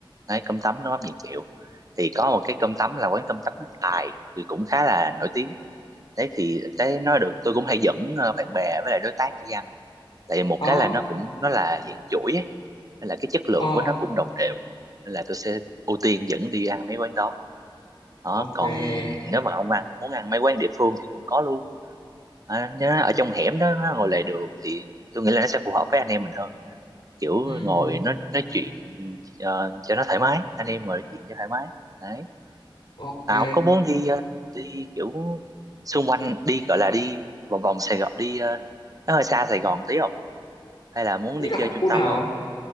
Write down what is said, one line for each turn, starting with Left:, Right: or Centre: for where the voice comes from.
Right: đấy cơm tấm nước mắm dạng kẹo thì có một cái cơm tấm là quán cơm tấm Tài thì cũng khá là nổi tiếng đấy thì cái nó được tôi cũng hay dẫn ờ, bạn bè với lại đối tác đi ăn tại vì một
Left: Ờ,
Right: cái là nó cũng nó là dạng chuỗi ấy nên là cái chất lượng
Left: ờ,
Right: của nó cũng đồng đều nên là tôi sẽ ưu tiên dẫn đi ăn mấy quán đó đó
Left: ok.
Right: còn nếu mà ông ăn muốn ăn mấy quán địa phương thì cũng có luôn à, nó ở trong hẻm đó nó ngồi lề đường thì tôi nghĩ là nó sẽ phù hợp với anh em mình hơn kiểu
Left: Ừm,
Right: ngồi nó nói chuyện ờ, cho nó thoải mái anh em ngồi nói chuyện cho thoải mái đấy
Left: ok.
Right: à ông có muốn đi ờ, đi kiểu xung quanh đi gọi là đi vòng vòng Sài Gòn đi ờ, nó hơi xa Sài Gòn tí không hay là muốn
Left: Ý
Right: đi
Left: là
Right: chơi
Left: khu
Right: trung tâm
Left: nào
Right: không
Left: không?